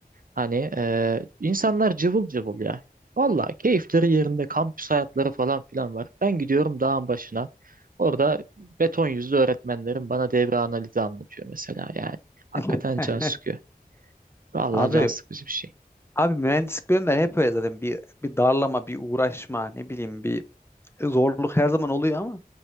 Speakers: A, on the right (about 65°); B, on the left (about 15°).
A: Hani eee, insanlar cıvıl cıvıl ya. Vallahi keyifleri yerinde kampüs hayatları falan filan var. Ben gidiyorum dağın başına. Orada beton yüzlü öğretmenlerim bana devre analizi anlatıyor mesela yani. Hakikaten
B: <laughs>
A: can sıkıyor. Vallahi
B: abi
A: can sıkıcı bir şey.
B: abi mühendislik bölümleri hep öyle zaten bir bir darlama, bir uğraşma, ne bileyim bir zorluk her zaman oluyor ama